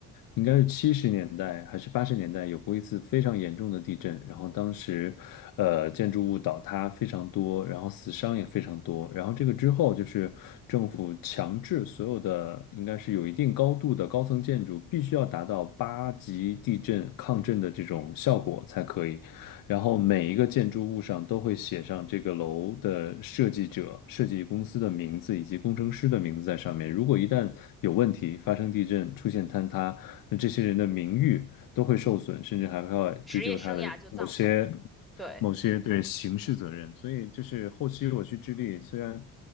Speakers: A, on the left; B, in the centre.
A: 应该是七十年代还是八十年代有过一次非。非常严重的地震，然后当时，呃，建筑物倒塌非常多，然后死伤也非常多。然后这个之后，就是政府强制所有的应该是有一定高度的高层建筑必须要达到八级地震抗震的这种效果才可以。然后每一个建筑物上都会写上这个楼的设计者、设计公司的名字以及工程师的名字在上面。如果一旦有问题，发生地震、出现坍塌，那这些人的名誉都会受损，甚至还会追究他的某些
B: 职业生涯就葬送了。对。
A: 某些对刑事责任。所以就是后期我去智利，虽然